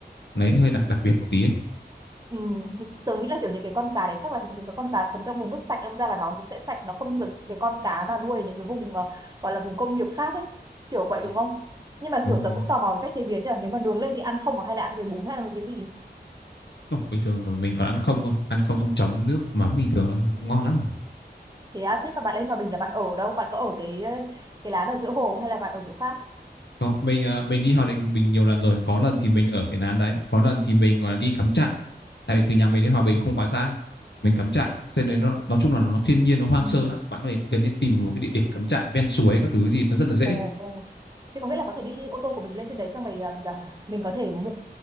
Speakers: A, on the left; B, on the right.
A: lấy hơi đặc đặc biệt một tí ấy
B: Ừ, thì tớ nghĩ là kiểu những cái con cá đấy chắc là những cái con cá sống trong vùng nước sạch đâm ra là nó cũng sẽ sạch nó không giống những cái con cá mà nuôi ở những cái vùng ờ, gọi là vùng công nghiệp khác ấy kiểu vậy
A: Ừ.
B: đúng không nhưng mà
A: đúng
B: kiểu
A: rồi
B: tớ
A: đúng
B: cũng
A: rồi
B: tò mò về cách chế biến nhỉ nếu mà nướng lên thì ăn không à? hay là ăn với bún hay là với cái gì
A: không bình thường rồi mình toàn ăn không thôi ăn không xong chấm nước mắm bình thường thôi nó cũng ngon lắm mà
B: thế à, thế mà bạn lên Hòa Bình là bạn ở đâu bạn có ở cái ờ, cái lán ở giữa hồ không, hay là bạn ở chỗ khác
A: có mình à, mình đi Hòa Bình mình nhiều lần rồi có lần thì mình ở cái lán đấy có lần thì mình gọi là đi cắm trại tại vì từ nhà mình đến Hòa Bình không quá xa mình cắm trại cho nên nó nói chung là nó thiên nhiên nó hoang
B: Ừ.
A: sơ lắm bạn có thể gần như tìm một cái địa điểm cắm trại ven suối các thứ gì nó rất là dễ
B: Ồ, ồ. thế có nghĩa là có thể đi ô tô của mình lên trên đấy xong mình làm mình có thể mu-